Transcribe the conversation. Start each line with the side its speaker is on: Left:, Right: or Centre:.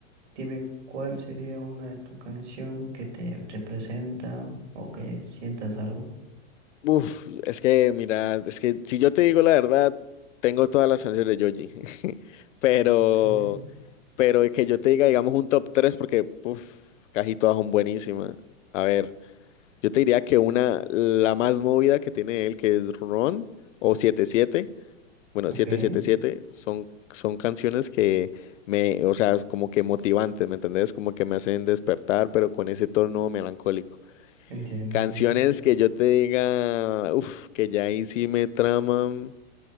Right: dime cuál sería una de tu canción que te representa o que sientas algo.
Left: Uf, es que, mira, es que si yo te digo la verdad, tengo todas las canciones de Yoji. <laughs> Pero,
Right: Okay,
Left: pero que yo te diga, digamos, un top 3 porque uf, casi todas son buenísimas. A ver, yo te diría que una, la más movida que tiene él, que es Ron o 77, bueno,
Right: okay,
Left: 777, son, son canciones que me, o sea, como que motivantes, ¿me entendés? Como que me hacen despertar, pero con ese tono melancólico.
Right: entiendo,
Left: Canciones
Right: entiendo.
Left: que yo te diga, uff, que ya ahí sí me traman.